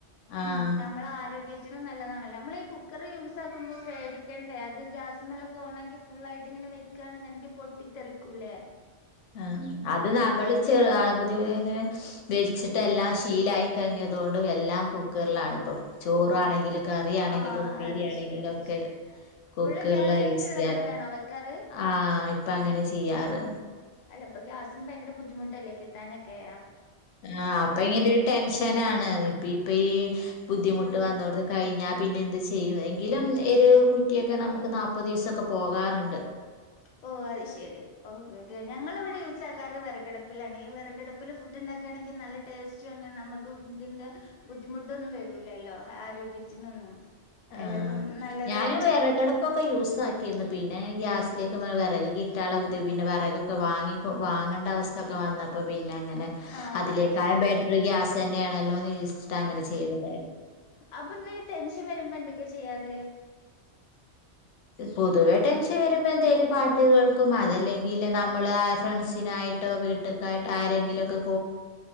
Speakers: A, on the left; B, on the left.
A: ഉം
B: ആഹ്
A: നമ്മെളെ ആരോഗ്യ ത്തിനും നല്ലതാണലോ നമ്മള ഈ കുക്കറ് യൂസാക്കുമ്പോ പേടിക്കണ്ടെ അത് ഗ്യാസ്മ്മലൊക്കെ ഓൺ ആക്കി ഫുള്ളായിട്ട് ഇങ്ങനെ വെ ക്കാണ്ന്നിണ്ടെങ്കി പൊട്ടിത്തെറിക്കൂല്ലേ?
B: ആ അത് നമ്മള് ചെറു ആ ബുദ്ധിമു ഇങ്ങനെ വഞൽച്ചിട്ടെല്ലാം ശീലായി കഴിഞ്ഞതോണ്ടു എല്ലാം കുക്കർലാണിപ്പം ചോറാണെങ്കിലും. കറി ആണെങ്കിലും
A: ആഹ്
B: ഉപ്പേരിയാണെങ്കിലും
A: അത് ശരി
B: ഒക്കെ
A: ശരി
B: കുക്കൻലാ
A: ഫുള്ള് ഗ്യാസ് ആയിട്ടുള്ളതുമേലാണോ
B: യൂസെയ്യാർ
A: വെക്കാറ്
B: ആഹ് ഇപ്പ അങ്ങനെ ചെയ്യാറ്.
A: അല്ലാ ഇപ്പ ഗ്യാസിന് ഭയ്ങ്ക്ര ബുദ്ധിമുട്ടല്ലേ കിട്ടാനക്കെ
B: ആ അപ്പ ഇങ്ങനെരു ടെൻഷനാണ് ഇപ്പിപ്പയീ ബുദ്ധിമുട്ട്
A: ഉം
B: വന്നോടുത്ത്
A: ഉം
B: കഴിഞ്ഞാ പിന്നെ എന്ത് ചെയ്യും എങ്കിലും ഒരു കുറ്റ്യൊക്കെ നമുക്ക് നാപ്പതീസൊക്കെ പോകാറിണ്ട്.
A: ഓ അത് ശരി ഓക്കക്കെ ഞങ്ങൾ ഇവിടെ യൂസ് ആക്കാറ് വെറകടിപ്പിലാണ് ഈ വിറകടപ്പില് ഫുഡ്ഡിണ്ട ക്കണെങ്കിൽ നല്ല ടേസ്റ്റുവാണ് നമുക്ക് ഇതിന്റെ ബുദ്ധിമുട്ടൊന്നും വെരൂലല്ലോ ആരോഗ്യത്തിനൊന്നും
B: ആഹ്
A: എല്ലതും നല്ലതായിറ്റ്
B: ഞാനും വിറകടുപ്പൊക്കെ യൂസ് ആക്കിരുന്നു പിന്നെ ഇ ഗ്യാ സ്ലേക്ക് വെറക് കിട്ടാള്ള ബുദ്ധി പിന്നെ വെറകൊക്കെ വാങ്ങിക്കൊ വാങ്ങണ്ടവസ്ഥൊക്കെ വന്നപ്പം. പിന്നെ അങ്ങനെ
A: ആ
B: അതിലേക്കായം
A: അതെ അതെ
B: ബേറ്റ്ർ
A: അതെ
B: ഗ്യാസ് തന്നെയാണല്ലോന്ന് <unintelligible> അങ്ങനെ ചെയ്തെ
A: അപ്പൊങ്ങളീ ടെൻഷൻ വെര്മ്പോ എന്തൊക്കേ ചെയ്യാറ്?
B: പൊതുവെ ടെൻഷെൻ വരുമ്പന്തേലും പാട്ടു കേൾ ക്കും അതല്ലെങ്കിൽ നമ്മള് ഫ്രണ്ട്സിനായിട്ടോ വീട്ടക്കായി ആരെങ്കിലൊക്കെ